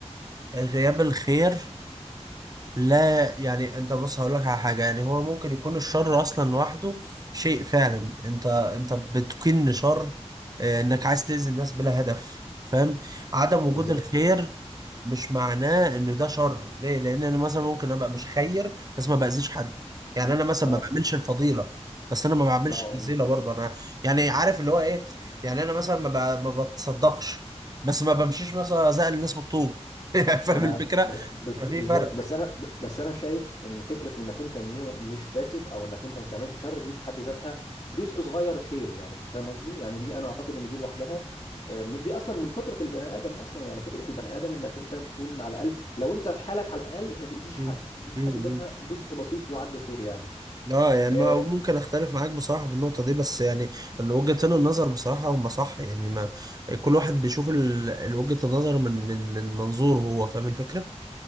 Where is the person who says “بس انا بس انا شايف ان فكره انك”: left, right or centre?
Left